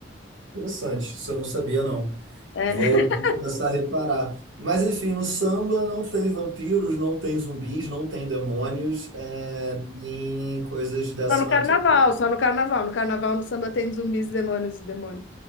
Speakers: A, on the right; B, on the left.
A: Interessante, isso eu não sabia, não.
B: É.
A: Vou,
B: <laughs>
A: vou começar a reparar. Mas, enfim, no samba não tem vampiros, não tem zumbis, não tem demônios, é, nem coisas dessa
B: Só no
A: natureza.
B: carnaval, só no carnaval. No carnaval, no samba tem zumbis, demônios e demônios.